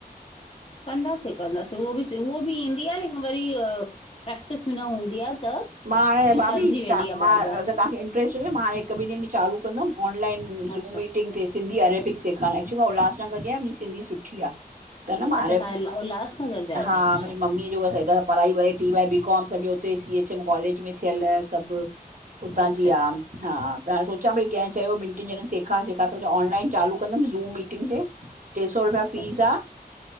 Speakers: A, on the left (about 35°); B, on the right (about 60°).
A: कंदासीं, कंदासीं उहो बि उहो बि ईंदी आ लेकिन वरी प्रैक्ट क़िस्त न हूंदी आ त
B: मां हाणे
A: विसरजी
B: भाभी,
A: वेंदी
B: चा
A: आहे
B: मां
A: बार बार
B: अगर तहांखे इंट्रेस्ट हुजे, मां हिक ॿिन ॾींहंन में चालू कंदम। ऑनलाइन,
A: अच्छा
B: ज़ूम मीटिंग ते, सिंधी अरेबिक सेखारण एक्चुली मां उल्हासगर जी आयां, मुंजी सिधी सुठी आ। त न, मां
A: अच्छा
B: अरेबिक,
A: तव्हां उल्हासनगर जा आहियो
B: हा
A: अच्छा
B: मुंजी मम्मीअ जी ॿयो हेॾां पढाई वड़ाई टी, बैक, बी काम, सॼो उते सी, एच, एम कॉलेज में थियल सभ। उतां
A: अच्छा
B: जी
A: अच्छा
B: आम, हा त सोचां पई कंहिं चयो ॿिन ट्रिन ॼणन से सिखां, सिखां त ऑनलाइन चालू कंदम ज़ूम मीटिंग ते। ट्रे सौ रुपया
A: अच्छा
B: फीस
A: अच्छा
B: आ,